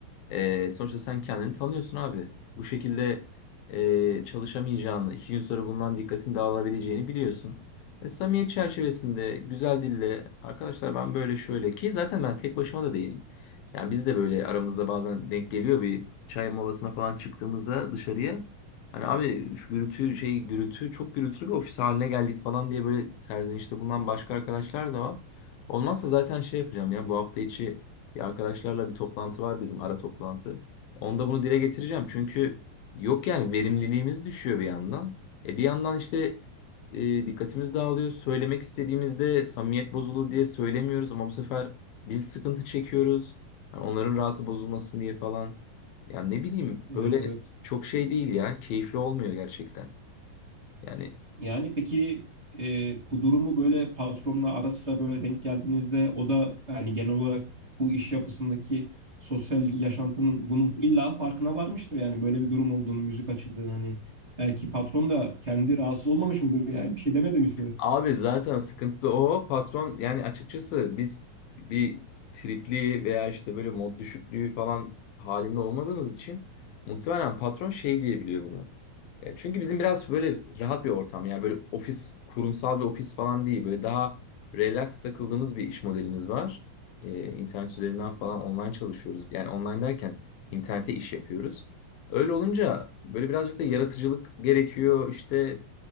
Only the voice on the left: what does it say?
Ee, sonuçta sen kendini tanıyorsun abi. Bu şekilde e, çalışamayacağını, iki gün sonra bundan dikkatin dağılabileceğini biliyorsun. Ve samimiyet çerçevesinde güzel dille arkadaşlar ben böyle şöyle ki zaten ben tek başıma da değilim. Yani biz de böyle aramızda bazen denk geliyor bir çay molasına falan çıktığımızda dışarıya. Hani abi şu gürültü şey gürültü çok gürültülü bir ofis haline geldik falan diye böyle serzenişte bulunan başka arkadaşlar da var. Olmazsa zaten şey yapacağım ya bu hafta içi ya arkadaşlarla bir toplantı var bizim ara toplantı. Onda bunu dile getireceğim. Çünkü yok yani verimliliğimiz düşüyor bir yandan. E bir yandan işte e, dikkatimiz dağılıyor. Söylemek istediğimizde samimiyet bozulur diye söylemiyoruz ama bu sefer biz sıkıntı çekiyoruz. Yani onların rahatı bozulmasın diye falan. Yani ne bileyim
böyle
çok şey değil ya. Keyifli olmuyor gerçekten. Yani
Abi zaten sıkıntı da o patron yani açıkçası biz bir tripli veya işte böyle mod düşüklüğü falan halinde olmadığımız için muhtemelen patron şey diyebiliyor bunu. E, çünkü bizim biraz böyle rahat bir ortam yani böyle ofis kurumsal bir ofis falan değil böyle daha relax takıldığımız bir iş modelimiz var. E, internet üzerinden falan online çalışıyoruz yani online derken internete iş yapıyoruz. Öyle olunca böyle birazcık da yaratıcılık gerekiyor işte